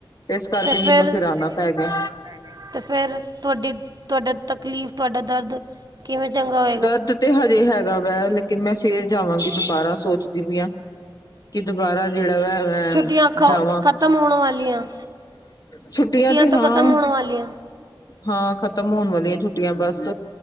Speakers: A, on the left (about 45°); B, on the right (about 50°).
A: ਇਸ ਕਰਕੇ
B: ਤੇ ਫਿਰ
A: ਮੈਨੂੰ, ਫੇਰ
B: ਫਿਰ
A: ਆਣਾ ਪੈ ਗਿਆ।
B: ਆਣਾ ਤੇ ਫੇਰ ਤੁਹਾਡੀ ਤੁਹਾਡਾ ਤਕਲੀਫ਼ ਤੁਹਾਡਾ ਦਰਦ ਕਿਵੇਂ ਚੰਗਾ ਹੋਇਆ।
A: ਦਰਦ ਤੇ ਹਜੇ ਹੈਗਾ ਵਾ ਲੇਕਿਨ ਮੈਂ ਫੇਰ ਜਾਵਾਂਗੀ ਦੁਬਾਰਾ ਸੋਚਦੀ ਪਈਆ। ਕਿ ਦੁਬਾਰਾ ਜਿਹੜਾ ਵਾ ਮੈਂ
B: ਛੁੱਟੀਆਂ ਖ
A: ਜਾਵਾਂ।
B: ਖ਼ਤਮ ਹੋਣ ਵਾਲੀਆਂ
A: ਛੁੱਟੀਆਂ ਤੇ
B: ਤਾਂ
A: ਹਾਂ।
B: ਖ਼ਤਮ ਹੋਣ ਵਾਲੀਆਂ
A: ਹਾਂ ਖਤਮ ਹੋਣ ਵਾਲੀਆਂ ਛੁੱਟੀਆਂ ਬਸ।